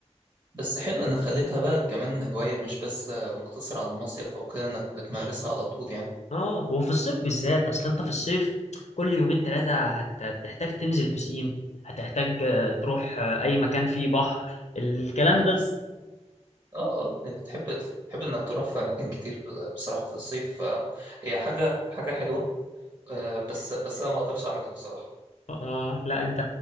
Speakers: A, on the right; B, on the left.
A: بس حلو إنك خليتها بقى كمان هواية مش بس مقتصرة على المصيف أو كده إنك بتمارسها على طول يعني
B: اه وفي الصيف بالذات اصل انت في الصيف كل يومين ثلاثه هت- هتحتاج تنزل بسين هتحتاج آه، تروح آه، اي مكان فيه بحر الكلام
A: حدث
B: ده
A: اه اه يعني بتحب تحب إنك تروح في أماكن كتير ب- بصراحة في الصيف فهي حاجة حاجة حلوة آه، بس بس أنا ما أقدرش أعملها بصراحة
B: اه لا انت